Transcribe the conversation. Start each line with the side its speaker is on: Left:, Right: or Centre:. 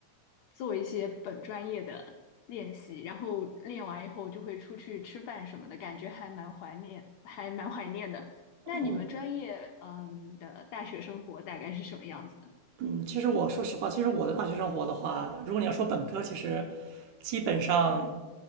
Left: 做一些本专业的练习，然后练完以后就会出去吃饭什么的，感觉还蛮怀念，还蛮怀念的。那你们专业嗯的大学生活大概是什么样子呢？
Right: 哦，嗯，其实我说实话，其实我的大学生活的话，如果你要说本科，其实基本上